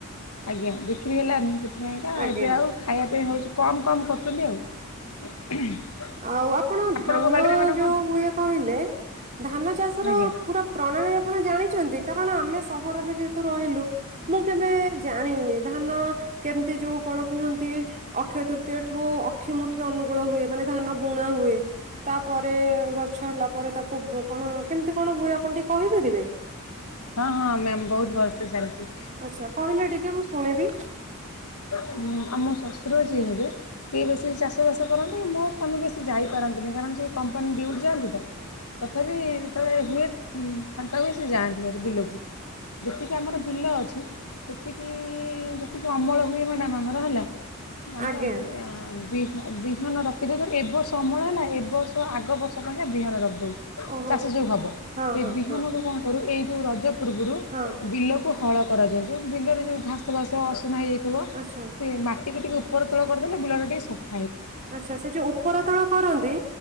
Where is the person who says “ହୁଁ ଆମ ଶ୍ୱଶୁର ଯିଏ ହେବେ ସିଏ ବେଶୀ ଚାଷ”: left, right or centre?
Left